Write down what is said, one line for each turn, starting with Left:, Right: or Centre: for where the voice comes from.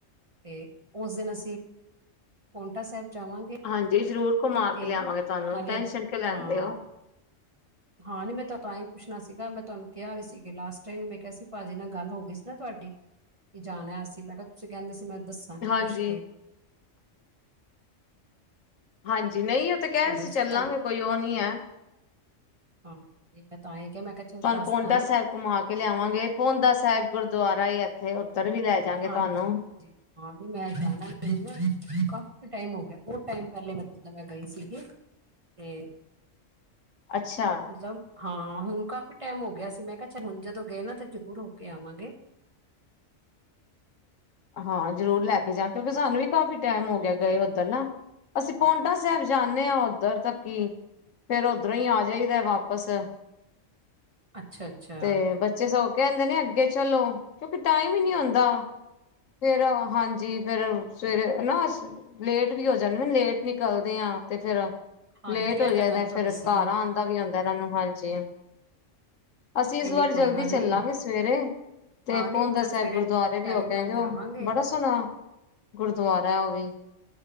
Right: ਤੇ ਉਸ ਦਿਨ ਅਸੀਂ ਪੋਟਾ ਸਾਹਿਬ ਜਾਵਾਂਗੇ
Left: ਹਾਂਜੀ ਜ਼ਰੂਰ ਘੁਮਾ
Right: ਤੇ
Left: ਕੇ ਲਿਆਵਾਂਗੇ ਤੁਹਾਨੂੰ
Right: ਨਾਲੇ
Left: ਟੈਨਸ਼ਨ
Right: ਅੱਗੇ
Left: ਕਿਉਂ ਲੈਂਦੇ
Right: ਹਾਂ
Left: ਹੋ
Right: ਹਾਂ ਨੀ ਮੈਂ ਤੁ ਤਾਂ ਹੀ ਪੁੱਛਣਾ ਸੀਗਾ ਮੈਂ ਤੁਹਾਨੂੰ ਕਿਹਾ ਵੀ ਸੀ ਲਾਸਟ ਟਾਈਮ ਵੀ ਮੈਂ ਕਿਹਾ ਸੀ ਭਾਜੀ ਨਾਲ ਗੱਲ ਹੋ ਗਈ ਸੀ ਨਾ ਤੁਹਾਡੀ ਕਿ ਜਾਣੈ ਅਸੀ ਮੈਂ ਕਿਹਾ ਤੁਸੀਂ ਕਹਿੰਦੇ ਸੀ ਮੈਂ ਦੱਸਾਂਗੀ
Left: ਹਾਂਜੀ
Right: ਪੁੱਛ ਕੇ
Left: ਹਾਂਜੀ ਨਹੀਂ ਉਹ ਤੇ ਕਹਿ
Right: ਹੋ
Left: ਰਹੇ
Right: ਗਈ
Left: ਸੀ ਚੱਲਾਂਗੇ
Right: ਗੱਲ
Left: ਕੋਈ ਉਹ ਨਹੀਂ ਹੈ
Right: ਹਾਂ ਮੈਂ ਤਾਂਹੀ ਕਿਹਾ ਮੈਂ ਕਿਹਾ ਚਲੋ
Left: ਤੁਹਾਨੂੰ
Right: ਦੱਸਦਾ
Left: ਪੋਂਟਾ
Right: ਨਾ
Left: ਸਾਹਿਬ ਘੁਮਾ ਕੇ ਲਿਆਵਾਂਗੇ ਪੋਂਦਾ ਸਾਹਿਬ ਗੁਰਦੁਆਰਾ ਇੱਥੇ ਉੱਧਰ ਵੀ ਲੈ ਜਾਗੇ
Right: ਹਾਂਜੀ
Left: ਤੁਹਾਨੂੰ
Right: ਹ ਹਾਂਜੀ ਮੈਂ ਜਾਣਾ ਕਾਫੀ ਟਾਈਮ ਹੋ ਗਿਐ ਟਾਈਮ ਪਹਿਲੇ ਮਤਲਬ ਮੈਂ ਗਈ ਸੀਗੀ ਤੇ
Left: ਅੱਛਾ
Right: ਮਤਲਬ ਹਾਂ ਹੁਣ ਕਾਫ਼ੀ ਟਾਈਮ ਹੋ ਗਿਆ ਸੀ ਮੈਂ ਕਿਹਾ ਹੁਣ ਜਦੋਂ ਗਏ ਨਾ ਤੇ ਜ਼ਰੂਰ ਹੋ ਕੇ ਆਵਾਂਗੇ
Left: ਹਾਂ ਜ਼ਰੂਰ ਲੈ ਕੇ ਜਾ ਕਿਉਂਕਿ ਸਾਨੂੰ ਵੀ ਕਾਫੀ ਟੈਮ ਹੋ ਗਿਆ ਗਏ ਉੱਧਰ ਨਾ ਅਸੀਂ ਪੋਂਟਾ ਸਾਹਿਬ ਜਾਂਨੇ ਆਂ ਉੱਧਰ ਦਾ ਕੀ ਫੇਰ ਓਧਰੋਂ ਹੀ ਆ ਜਾਈਦੈ ਵਾਪਸ
Right: ਅੱਛਾ ਅੱਛਾ
Left: ਤੇ ਬੱਚੇ ਸੋ ਕਹਿੰਦੇ ਨੇ ਅੱਗੇ ਚਲੋ ਕਿਉਂਕਿ ਟਾਈਮ ਹੀ ਨੀ ਹੋਂਦਾ ਫੇਰ ਹਾਂਜੀ ਫੇਰ ਸਵੇਰੇ ਨਾ ਲੇਟ ਵੀ ਹੋ ਜਾਂਦੇ ਨਾ ਲੇਟ ਨਿਕਲਦੇ ਆ ਤੇ ਫੇਰ
Right: ਹਾਂਜੀ
Left: ਲੇਟ
Right: ਇਹ
Left: ਹੋ ਜੀ
Right: ਤਾਂ ਗੱਲ
Left: ਦੈ
Right: ਤੁਹਾਡੀ
Left: ਫੇਰ
Right: ਸਹੀ
Left: ਘਰ
Right: ਹੈ
Left: ਪ ਵੀ ਹੁੰਂਦਾ ਇਹਨਾਂ ਨੂੰ ਹਾਂਜੀ ਅਸੀਂ ਇਸ
Right: ਨਹੀਂ
Left: ਵਾਰ
Right: ਨਹੀਂ ਕੋਈ
Left: ਜਲਦੀ
Right: ਗੱਲ ਨਹੀਂ
Left: ਚੱਲਾਂਗੇ ਸਵੇਰੇ ਤੇ
Right: ਹਾਂ ਨਹੀਂ
Left: ਪੋਂਦਾ
Right: ਤਾਂ
Left: ਸਾਹਿਬ
Right: ਸਵੇਰੇ
Left: ਗੁਰਦੁਆਰੇ ਵੀ
Right: ਟਾਈਮ
Left: ਹੋ ਕੇ
Right: ਨਾਲ
Left: ਆਏਹੋ
Right: ਜਾਵਾਂਗੇ
Left: ਉਹ ਬੜਾ ਸੋਹਣਾ ਗੁਰਦੁਆਰਾ ਉਹ ਵੀ